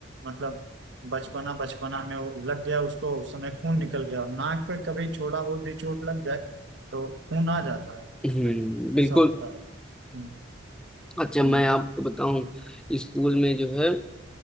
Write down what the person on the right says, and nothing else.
मतलब बचपना बचपना में वो लग गया उसको उस समय खून निकल गया नाक पे कभी छोड़ा बहुत भी चोट लग जाए तो खून आ जाता है उसमें
ऐसा होता है हम्म,
हम्म,